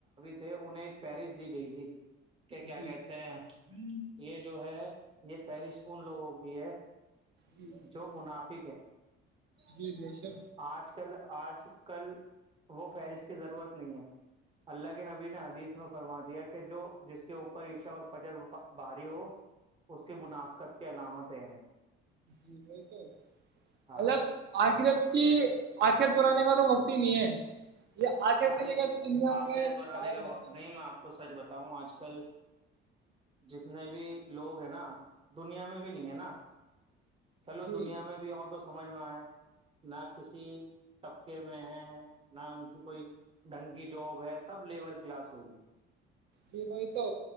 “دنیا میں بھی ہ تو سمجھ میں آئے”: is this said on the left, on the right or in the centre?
Right